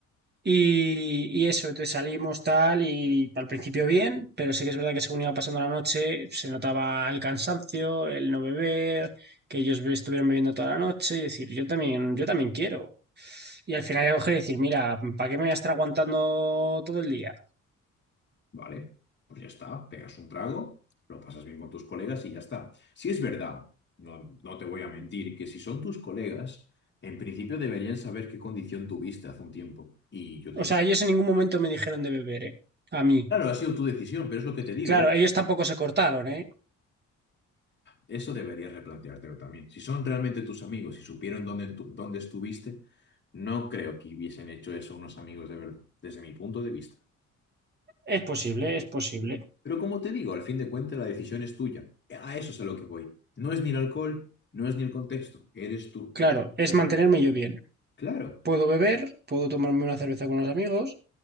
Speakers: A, on the right (about 35°); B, on the left (about 35°).
A: Y, y eso, entonces salimos tal y al principio bien, pero sí que es verdad que según iba pasando la noche se notaba el cansancio, el no beber, que ellos be- estuvieron bebiendo toda la noche y decir, yo también, yo también quiero. Y al final ya coger y decir, mira, ¿para qué me voy a estar aguantando todo el día?
B: Vale, pues ya está, pegas un trago, lo pasas bien con tus colegas y ya está. Si es verdad, no, no te voy a mentir, que si son tus colegas, en principio deberían saber qué condición tuviste hace un tiempo. Y yo te...
A: O sea,
B: qui-
A: ellos en ningún momento me dijeron de beber, ¿eh? A mí.
B: Claro, ha sido tu decisión, pero es lo que te digo.
A: Claro, ellos tampoco se cortaron, ¿eh?
B: Eso deberías replanteártelo también. Si son realmente tus amigos y supieron dónde, tu- dónde estuviste, no creo que hubiesen hecho eso unos amigos de verdad, desde mi punto de vista.
A: Es posible, es posible.
B: Pero como te digo, al fin de cuentas la decisión es tuya. A eso es a lo que voy. No es ni el alcohol, no es ni el contexto. Eres tú
A: Claro,
B: quien...
A: es mantenerme yo bien.
B: Claro,
A: Puedo beber, puedo tomarme una cerveza con los amigos,